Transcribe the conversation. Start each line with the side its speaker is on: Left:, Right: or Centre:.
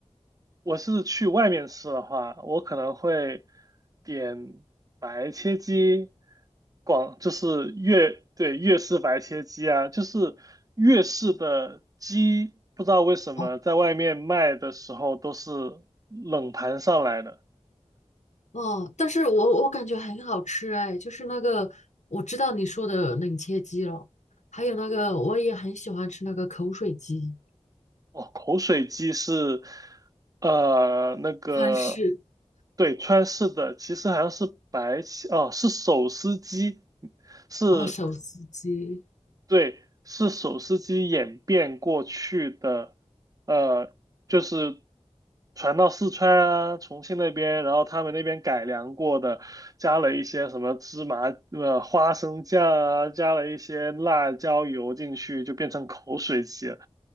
Right: 我是去外面吃的话，我可能会点白切鸡，广就是粤，对，粤式白切鸡啊，就是粤式的鸡，不知道为什么在外面卖的时候都是
Left: 哦，
Right: 冷盘上来的。
Left: 哦，但是我我感觉很好吃哎，就是那个我知道你说的冷切鸡了，还有那个我也很喜欢吃那个口水鸡、
Right: 哦，口水鸡是，呃，那个，
Left: 川式
Right: 对，川式的，其实好像是白起，哦，是手撕鸡，是，
Left: 哦手撕鸡
Right: 对，是手撕鸡演变过去的，呃，就是传到四川啊、重庆那边，然后他们那边改良过的，加了一些什么芝麻、呃花生酱啊，加了一些辣椒油进去，就变成口水鸡了，